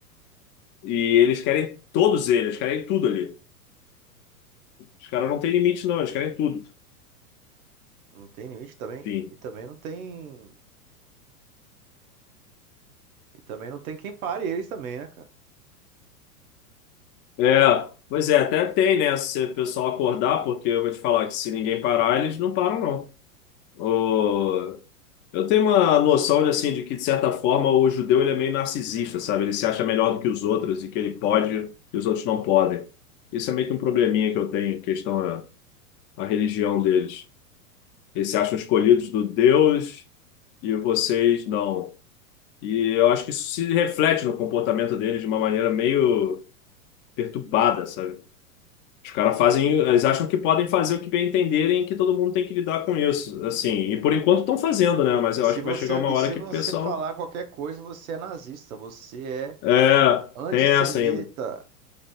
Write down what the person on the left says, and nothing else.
E eles querem todos eles, querem tudo ali. Os caras não têm limite, não, eles querem tudo.
Enfim.
É, pois é, até tem, né? Se o pessoal acordar, porque eu vou te falar que se ninguém parar, eles não param, não. O- Eu tenho uma noção de, assim, de que, de certa forma, o judeu ele é meio narcisista, sabe? Ele se acha melhor do que os outros e que ele pode e os outros não podem. Isso é meio que um probleminha que eu tenho, em questão a, a religião deles. Eles se acham escolhidos do Deus e vocês não. E eu acho que isso se reflete no comportamento deles de uma maneira meio perturbada, sabe? Os caras fazem, eles acham que podem fazer o que bem entenderem e que todo mundo tem que lidar com isso, assim. E por enquanto estão fazendo, né? Mas
eu
acho
que vai chegar uma
hora
que
o pessoal,
é,
tem essa ainda.